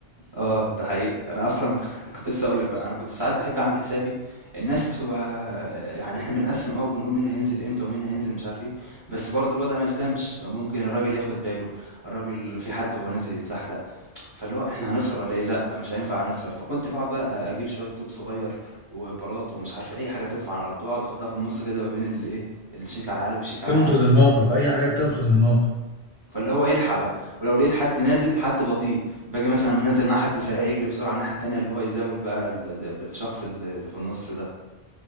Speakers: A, on the right; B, on the left.
A: آه، ده حقيقي. أنا أصلًا كنت لسه هاقول لك بقى، أنا كنت ساعات باحب أعمل حسابي الناس بتبقى يعني إحنا بنقسّم آه، وبنقول مين هينزل إمتى ومين هينزل مش عارف إيه، بس برضه الوضع ما يسلمش، ممكن الراجل ياخد باله، الراجل في حد وهو نازل يتزحلق، فاللي هو إحنا هنخسر والّا إيه؟ لأ، مش هينفع هنخسر، فكنت باقعد بقى أجيب شوية طوب صغير وبلاط ومش عارف إيه، أي حاجة ترفع على الأرض، وأقعد أحطها في النُص كده ما بين الإيه، الشيك على العالي والشيك على
B: تنقذ
A: العالي.
B: الموقف اي حاجه تنقذ الموقف
A: فاللي هو الحق بقى ولو لقيت حد نازل حد بطيء باجي مثلا منزل مع حد سريع يجري بسرعه الناحيه التانيه اللي هو يزاول بقى ال- ال- ال- الشخص اللي اللي في النص ده